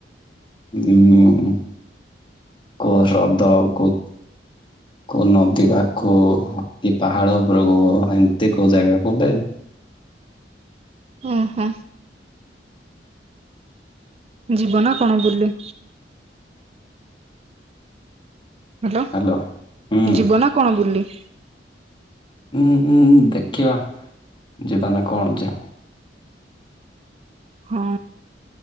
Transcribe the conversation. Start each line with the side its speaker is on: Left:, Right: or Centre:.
Left: ଉଁ। କୋଉ ହ୍ରଦ କୋ କୋଉ ନଦୀ ପାଖକୁ, କି ପାହାଡ ଉପରକୁ ଏମିତି କୋଉ ଜାଗା କୁଡେ
Right: ଓହୋ। ଯିବ ନା କଣ ବୁଲି? ହ୍ୟାଲୋ,
Left: ହାଲୋ ହୁଁ
Right: ଯିବ ନା କଣ ବୁଲି?
Left: ଉଁ ଉଁ ଦେଖିବା ଯିବା ନା କଣ ଯେ।
Right: ହଁ।